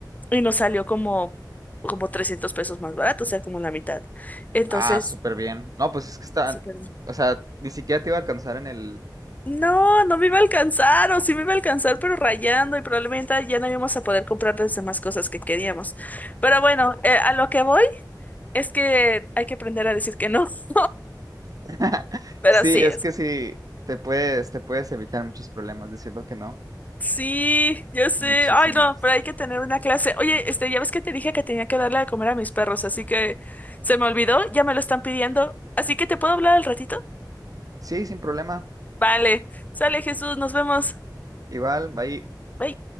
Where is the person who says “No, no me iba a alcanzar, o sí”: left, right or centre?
Left